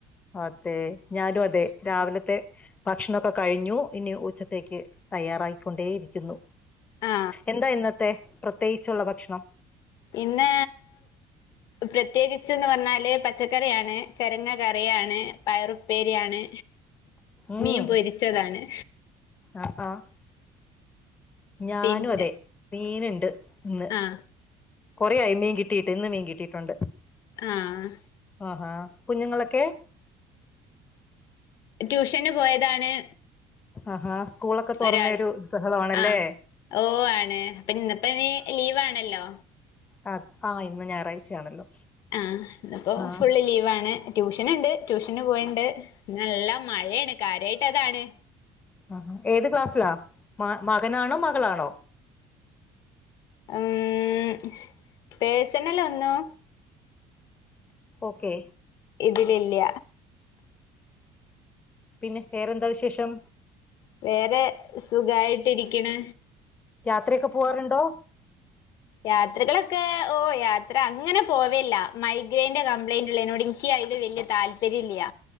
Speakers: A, on the left; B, on the left.
A: അതെ ഞാനു അതെ രാവിലെ ത്തെ ഭക്ഷണൊക്കെ കഴിഞ്ഞു ഇനി ഉച്ചത്തേക്ക് തയ്യാറായിക്കൊണ്ടേയിരിക്കുന്നു
B: ആ
A: എന്താ ഇന്നത്തെ പ്രത്യേകിച്ചുള്ള ഭക്ഷണം
B: ഇന്ന് പ്രത്യേകിച്ച്ന്ന് പറഞ്ഞാല് പച്ചക്കറിയാണ് ചെരങ്ങ കറിയാണ് പയറുപ്പേരിയാണ്
A: ഉം
B: മീൻ പൊരിച്ചതാണ്
A: ആഹ് ആഹ് ഞാനും
B: പിന്നെ
A: അതെ മീന് ണ്ട് ഇന്ന്
B: ആ
A: കൊറയായി മീൻ കിട്ടിയിട്ട് ഇന്ന് മീൻ കിട്ടിയിട്ടുണ്ട്
B: ആഹ്
A: അഹാ കുഞ്ഞുങ്ങളൊക്കെ
B: ട്യൂഷന് പോയതാണ്
A: ആഹാ സ്കൂളൊക്കെ തുറന്നയൊരു
B: ഒരാള്
A: ബഹളാണല്ലേ
B: ആഹ് ഓ ആണ് അപ്പൊ ഇന്ന്‌പ്പോ ഇനി ലീവാണല്ലോ
A: ആ ആ ഇന്ന് ഞായറാഴ്ചയാണല്ലോ
B: ആഹ് ഇന്നിപ്പോ
A: ആഹ്
B: ഫുള്ള് ലീവാണ് ട്യൂഷൻ ഉണ്ട് ട്യൂഷൻ ന് പോയണ്ട് നല്ല മഴയാണ് കാര്യായിട്ട് അതാണ്
A: ആ ഏത് ക്ലാസ്സിലാ മ മകനാണോ മകളാണോ
B: ഉം പേഴ്സണലൊന്നും
A: ഓക്കെ
B: ഇതിലില്ല
A: പിന്നെ വേറെന്താ വിശേഷം
B: വേറെ സുഖായിട്ടിരിക്കണ്‌
A: യാത്രയൊക്കെ പോവാറുണ്ടോ
B: യാത്രകളൊക്കെ ഓ യാത്ര അങ്ങനെ പോവേല്ല മൈഗ്രൈന്റെ കംപ്ലൈന്റ് ഉള്ളെന്നോട് ത് വല്യ താല്പര്യം ഇല്ല